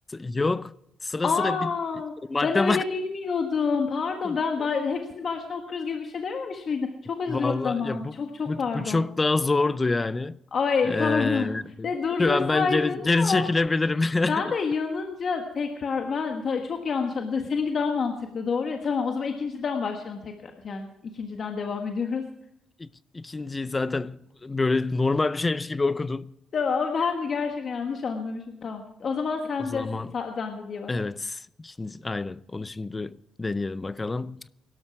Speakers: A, on the left; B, on the left.
A: Yok. Sıra
B: Aa,
A: sıra bir madde
B: ben öyle bilmiyordum. Pardon,
A: <laughs>
B: ben ba- hepsini baştan okuyoruz gibi bir şey dememiş miydin? Çok özür
A: Vallahi
B: o zaman.
A: ya bu,
B: Çok çok
A: bu
B: pardon.
A: bu çok daha zordu yani.
B: Ay
A: Ee,
B: pardon. <laughs> De durdursaydın
A: şu an ben geri geri
B: ya.
A: çekilebilirim. <laughs>
B: Ben de yanınca tekrar ben ta- çok yanlış. da- Seninki daha mantıklı doğru ya. Tamam o zaman ikinciden başlayalım tekrar. Yani ikinciden devam ediyoruz. <laughs>
A: İk, ikinciyi zaten böyle normal bir şeymiş gibi okudun.
B: Tamam, ben de gerçekten yanlış anlamışım. Tamam. O zaman sen
A: O zaman
B: de sen de diye başla.
A: evet ikinci aynen onu şimdi deneyelim bakalım.